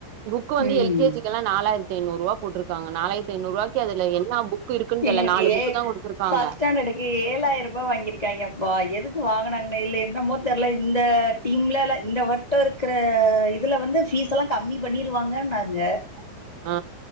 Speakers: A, on the right (about 75°); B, on the left (about 55°).
A: book வந்து
B: ம்
A: எல் கே ஜி எல்லா நாலாயிரத்தி ஐநூறு ருவா போட்ருக்காங்க நாலாயிரத்தி ருவாய்க்கு அதுல என்ன புக் இருக்குன்
B: எங்களுக்கு
A: நாலு
B: ஏ
A: புக்கு தா குடுத்துருக்காங்க
B: ஃபர்ஸ்ட் ஸ்டாண்டர்டுக்கு ஏழாயிர ருபா வாங்கிருக்காய்ங்கப்பா எதுக்கு வாங்கனாங்கன்னா இல்ல என்னமோ தெர்ல இந்த டீம்லல்ல இந்த வட்ட இருக்கற இதுல வந்து பீஸல்லா கம்மி பண்ணிருவாங்கன்னாங்க
A: <inaudible> ஆ